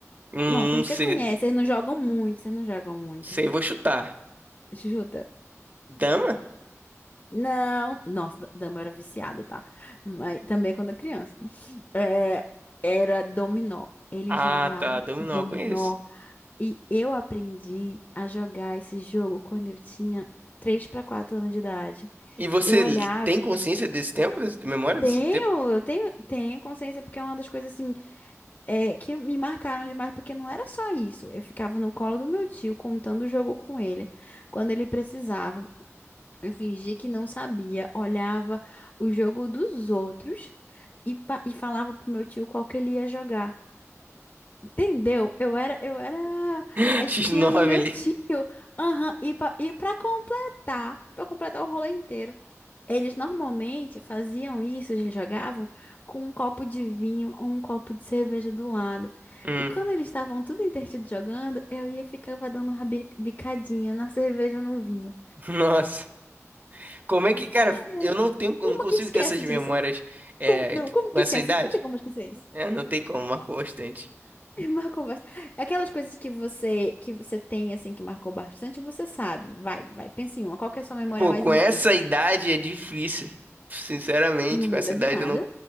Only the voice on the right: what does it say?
hum,
sei,
sei, vou chutar.
Dama?
Ah,
tá, dama
não, eu conheço.
E você
tem consciência desse tempo, desse- de memória
desse tempo?
<laughs>
X9
ali.
Hum,
<laughs> nossa. Como é que, cara,
eu não tenho,
eu não consigo
ter essas memórias
é,
com
essa
idade?
É, não tem como, marcou bastante.
Pô,
com
essa idade é difícil. Sinceramente,
com
essa idade
eu não,